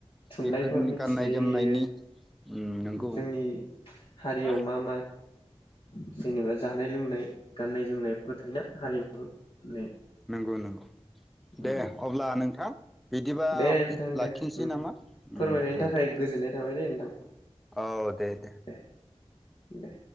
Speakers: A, on the left; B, in the centre.
A: थुनलाइफोर
B: बेफोरनि
A: मिथिनाय
B: गाननाय जोमनायनि
A: जायो
B: उम नंगौ
A: जोंनि हारियाव
B: उम
A: मा मा <unintelligible> जेनेबा जानाय-लोंनाय गाननाय-जोमनायबो थायोना हारिमुनि
B: नंगौ नंगौ
A: उम
B: दे अब्ला नोंथां बिदिबा
A: दे नोंथां
B: लाखिनोसै
A: दे उम
B: नामा?
A: फोरमायनायनि
B: उम दे
A: थाखाय
B: दे
A: गोजोननाय थाबाय दे नोंथां।
B: औ दे दे।
A: दे-दे